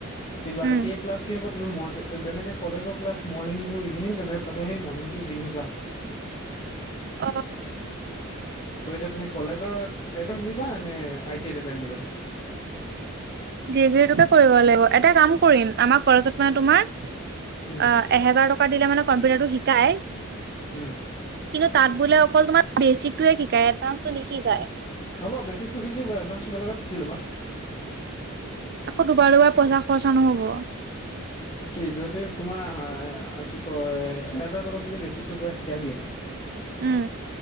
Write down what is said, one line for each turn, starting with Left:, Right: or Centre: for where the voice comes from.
Left: কিন্তু
Right: um.
Left: I T I class কি হ'ব। তুমি ম যেনেকে কলেজৰ ক্লাছ মৰ্নিং টু ইভিনিং তেনেকে তাতো সেই মৰ্নিং টু ইভিনং ক্লাছ থাকে <unintelligible>
Right: অঁ।
Left: ত এতিয়া তুমি কলেজত এতেম দিবা নে এতেম দিবা।
Right: ডিগ্ৰীটোকে কৰিব লাগিব এটা কাম কৰিম আমাৰ কলেজত মানে তোমাৰ
Left: উম,
Right: অ এহেজাৰ টকা দিলে মানে কম্পিউটাৰটো শিকাই।
Left: উম।
Right: কিন্তু তাত বোলে অকল তোমাৰ বেচিকটোৱে শিকায়। এডভান্সটো নিশিকায়।
Left: হ'ব বেছিকতো শিকি এডভেন্সাটো বেলেগত শিকি ল'বা।
Right: আকৌ দুবাৰ দুবাৰ পইচা খৰচা নহ'ব।
Left: কি তহ তোমাৰ কি কয় এহেজাৰ টকাত যদি বেচিকটো পুৰা শিকাই দিয়ে।
Right: উম,